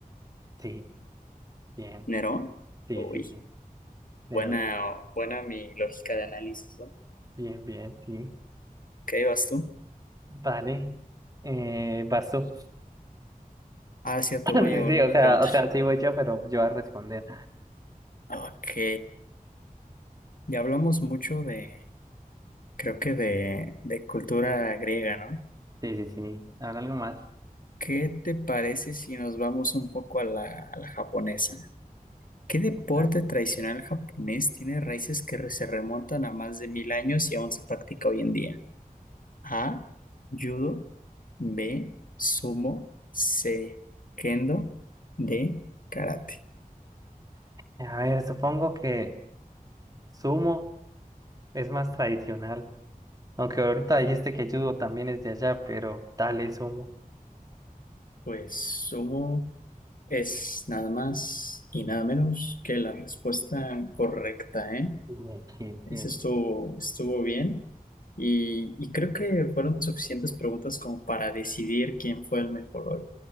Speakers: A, on the right; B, on the left.
A: sí. Bien,
B: ¿Nerón?
A: sí,
B: Uy,
A: sí, sí. Nerón.
B: buena, buena mi lógica de análisis, ¿no?
A: Bien, bien, sí.
B: ¿Qué vas tú?
A: Vale. Eh, vas tú. <laughs>
B: Ah, cierto,
A: Sí,
B: voy yo, ¿verdad?
A: sí, o
B: De
A: sea,
B: preguntar.
A: o sea, sí voy yo, pero yo voy a responder.
B: Ok, ya hablamos mucho de, creo que de, de cultura griega, ¿no?
A: Sí, sí, sí. Ahora algo más.
B: ¿Qué te parece si nos vamos un poco a la, a la japonesa? ¿Qué deporte
A: A
B: tradicional japonés tiene raíces que se remontan a más de mil años y aún se practica hoy en día? A, judo, B, sumo, C, kendo, D, karate.
A: a ver, supongo que sumo es más tradicional. Aunque ahorita dijiste que judo también es de allá, pero dale sumo.
B: Pues sumo es nada más y nada menos que la respuesta correcta, ¿eh?
A: Bien, bien,
B: Eso
A: bien.
B: estuvo, estuvo bien. Y, y creo que fueron suficientes preguntas como para decidir quién fue el mejor hoy.